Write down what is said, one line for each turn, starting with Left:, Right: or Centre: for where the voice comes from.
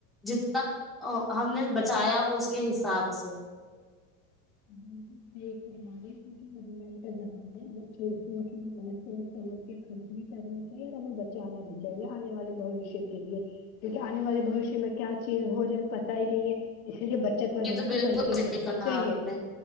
Centre: جتنا او ہم نے بچایا ہو اس کے حساب سے
Left: <unintelligible> صحیح فرما رہے مہنگائی کا زمانہ ہے ب چھوٹ سچ میں بہت سوچ سمجھ کے خرچ بھی کرنا چاہیے اور ہمیں بچانا بھی چاہیے چاہیے آنے والے بوشیہ کے لیے کیونکہ آنے والے بوشیہ میں کیا چیز ہو جائے پتا ہی نہیں ہے اسی لیے بچت وغیرہ
Centre: یہ بالکل
Left: تو کر کے ہی
Centre: صحیح
Left: رکھنی
Centre: کہا
Left: چاہیے
Centre: آپ نے